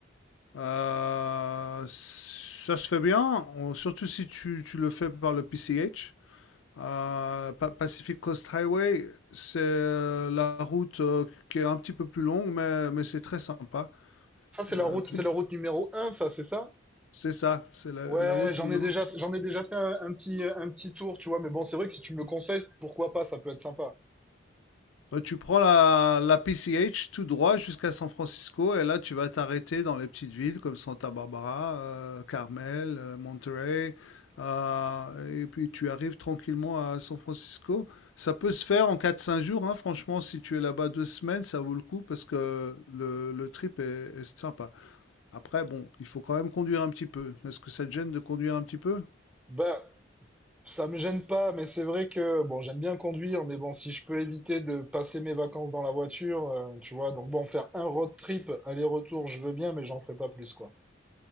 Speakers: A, on the left; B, in the centre.
A: Euh, ça se fait bien, on- surtout si tu, tu le fais par le PCH. Euh, Pa- Pacific Coast Highway, c'est euh, la route euh, qui est un petit peu plus longue, mais, mais c'est très sympa.
B: Ça c'est
A: Euh,
B: la route,
A: tu-
B: c'est la route numéro un, ça, c'est ça?
A: c'est ça, c'est la,
B: Ouais,
A: la route.
B: j'en
A: plus longue.
B: ai déjà j'en ai déjà fait un, un petit un petit tour, tu vois, mais bon, c'est vrai que si tu me le conseilles, pourquoi pas, ça peut être sympa.
A: Euh, tu prends la, la PCH tout droit jusqu'à San Francisco et là tu vas t'arrêter dans les petites villes comme Santa Barbara, euh, Carmel, euh, Monterey, euh, et puis tu arrives tranquillement à San Francisco. Ça peut se faire en quatre cinq jours, hein, franchement, si tu es là-bas deux semaines, ça vaut le coup parce que le, le trip est est sympa. Après, bon, il faut quand même conduire un petit peu. Est-ce que ça te gêne de conduire un petit peu?
B: Bah, ça me gêne pas, mais c'est vrai que bon, j'aime bien conduire, mais bon, si je peux éviter de passer mes vacances dans la voiture, euh, tu vois, donc bon, faire un road trip aller-retour, je veux bien, mais j'en ferai pas plus, quoi.